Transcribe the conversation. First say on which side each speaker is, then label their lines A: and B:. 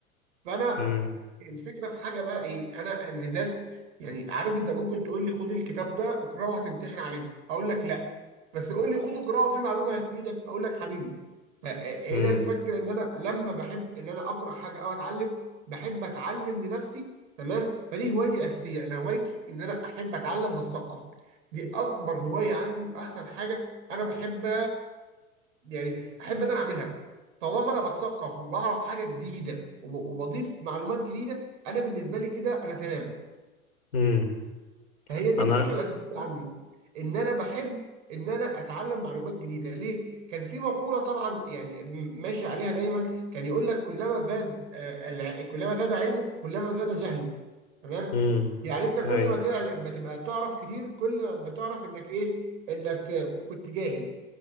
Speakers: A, on the right; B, on the left.
A: فانا
B: امم
A: الفكره في حاجه بقى ايه انا ان الناس يعني عارف انت ممكن تقول لي خد الكتاب ده اقراه هتمتحن عليه اقول لك لا بس قول لي خد اقراه في معلومه هتفيدك اقول لك حبيبي فهنا
B: امم
A: الفكره ان انا لما بحب ان انا اقرا حاجه او اتعلم بحب اتعلم لنفسي تمام فدي هوايتي الاساسيه انا هوايتي ان انا احب اتعلم واثقف دي اكبر هوايه عندي واحسن حاجه انا بحب يعني احب انا اعملها طالما انا بتثقف وبعرف حاجه جديده وب- وبضيف معلومات جديده انا بالنسبه لي كده انا تمام
B: امم
A: فهي دي
B: انا
A: الفكره الاساسيه عندي ان انا بحب ان انا اتعلم معلومات جديده ليه كان في مقوله طبعا يعني م- ماشي عليها دايما كان يقول لك كلما زاد آه، الع- كلما زاد علمك كلما زاد جهلك تمام
B: امم
A: يعني انت كل
B: ايوه
A: ما تعلم ما تبقى تعرف كتير كل ما بتعرف انك ايه انك آه، كنت جاهل